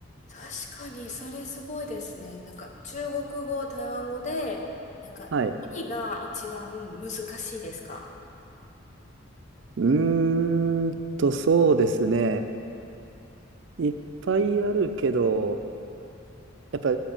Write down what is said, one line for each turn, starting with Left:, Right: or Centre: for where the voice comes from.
Left: 確かに、それすごいですね。なんか、中国語、台湾語で、なんか、
Right: はい。
Left: 何が一番難しいですか
Right: うーんと、そうですね。いっぱいあるけど、やっぱ、